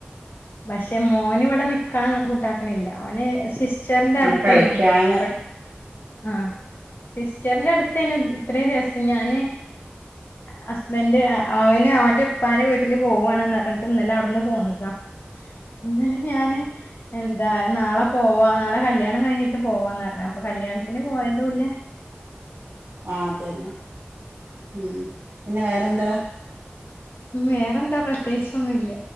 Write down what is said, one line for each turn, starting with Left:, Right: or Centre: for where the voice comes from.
Left: പക്ഷെ മോന് ഇവിടെ നിക്കാൻ- കൂട്ടാക്കണില്ല അവന്- സിസ്റ്ററിന്റെ
Right: നമ്മള്
Left: അടുത്തേനു
Right: കളിക്കാന്
Left: <unintelligible> - ആഹ് സിസ്റ്ററിന്റെ അടുത്തേന്ന ഇത്രേം ദിവസം ഞാന് ഹസ്ബൻഡ് അവന് അവന്റെ ഇപ്പാന്റെ വീട്ടില് പോവണന്ന് പറഞ്ഞിട്ട് ഇന്നലെ അവിടുന്ന് പോന്നതാ ഇന്നലെ ഞാന് എ അതാ നാളെ പോവാ നാളെ കല്യാണം കഴിഞ്ഞിട്ട് പോവാന്ന് പറഞ്ഞു അപ്പൊ കല്യാണത്തിന് പോയതൂല്ല-
Right: ആ അതന്നെ ഉം പിന്നെ വേറെന്താ
Left: വേറെന്താ പ്രത്യേകിച്ച ഒന്നുല്ല